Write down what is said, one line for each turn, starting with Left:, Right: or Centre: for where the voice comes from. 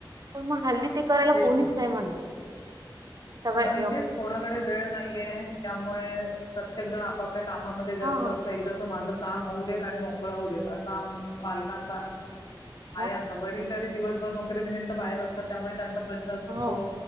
Right: पण मग हल्ली ते करायला
Left: तेच
Right: कोणीच
Left: ना
Right: नाही मानत. नाही. तवय
Left: नाही तेच कोणाकडे वेळ नाहीये, त्यामुळे प्रत्येक जण आपापल्या कामात कामामध्ये व्यस्त
Right: हा
Left: असतय, एकदा च माझ काम होऊ देत आणि मोकळं होऊ देत असा आम्ही पालकांचा
Right: हा
Left: आई आता वडील तरी दिवसभर नोकरीनिमित्त बाहेर असतात. त्यामुळे त्यांचा प्रश्नच नसतो,
Right: हो